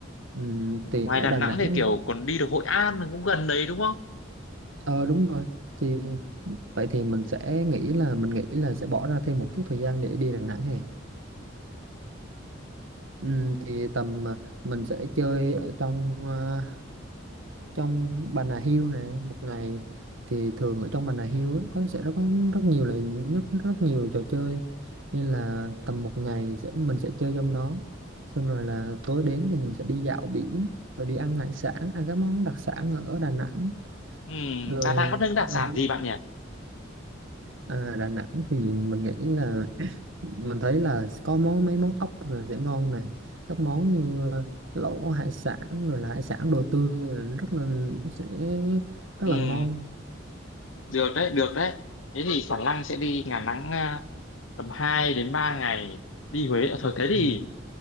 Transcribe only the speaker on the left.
ngoài
Đà
Nẵng
thì kiểu còn đi được Hội An cũng gần đấy đúng không
Ừm,
Đà Nẵng có những đặc
sản gì bạn nhỉ
Ừ.
được đấy được đấy thế thì khả năng sẽ đi Đà Nẵng à, tầm hai đến ba ngày đi Huế Ờ, thôi thế thì